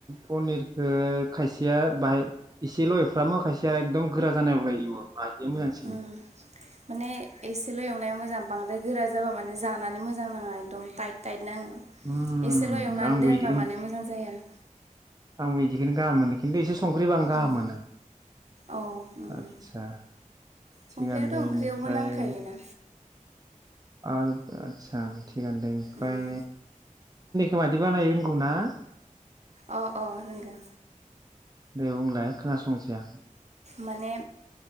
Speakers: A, on the right (about 30°); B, on the right (about 55°).
A: पनिरखो खायसेया बाहाय इसेल एवफ्रामो खायसेया एकदम गोरा <unintelligible> मोजांसिन
B: <inaudible> माने एसेल एवनाया मोजाम। बांदाय गोरा जाबा माने जानानै मोजां नाङा एकदम टाइट टाइट नाङो।
A: उम
B: एसेल एवनानै
A: आंबो
B: दोनबा
A: इदिखौनो
B: माने मोजां जायो आरो
A: आंबो इदिखौनो गाहाम मोनो खिन्थु इसे संख्रै होबा गाहाम
B: उम
A: मोनो
B: अ उम
A: आदसा
B: उम
A: थिगानो
B: संख्रियाथ'
A: दे
B: ओंख्रियावबो
A: इनिफ्राय
B: नांखायोना
A: <unintelligible> थिगानोदे ओमफ्राय
B: उम
A: <unintelligible> मादि बानायो <unintelligible>
B: अ अ रोंगौ
A: दे बुंलाय खोनासंनोसै आं।
B: माने